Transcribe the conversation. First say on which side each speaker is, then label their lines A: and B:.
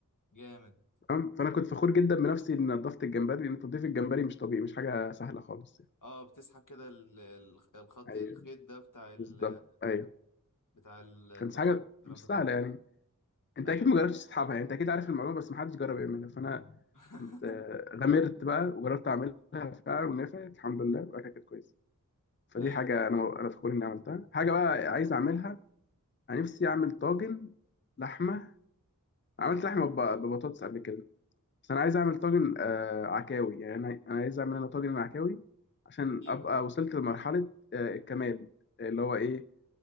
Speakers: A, on the left (about 65°); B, on the left (about 35°).
A: جامد
B: تمام فانا كنت فخور جدا بنفسي اني نضفت الجمبري لان تنظيف الجمبري مش طبيعي مش حاجه سهله خالص يعني.
A: اه بتسحب كده ال- ال- الخط
B: ايوه
A: الخيط ده بتاع ال
B: بالظبط ايوه
A: بتاع التراب
B: كانت حاجه
A: الكلام
B: مش
A: ده
B: سهله
A: كله
B: يعني انت
A: ايوه
B: اكيد ما جربتش تسحبها يعني انت اكيد عارف المعلومه بس ما حدش جرب يعملها فانا
A: <laughs>
B: كنت آه، غامرت بقى وجربت اعملها فعلا ونفعت الحمد لله وبقى كانت كويسه فدي
A: ايوه
B: حاجة أنا أنا فخور إني عملتها حاجة بقى عايز أعملها أنا نفسي أعمل طاجن لحمة عملت لحمة بب- ببطاطس قبل كده بس أنا عايز أعمل طاجن آه عكاوي يعني أنا أنا عايز أعمل أنا طاجن عكاوي عشان
A: كيلو
B: أبقى وصلت لمرحلة آه الكمال اللي هو إيه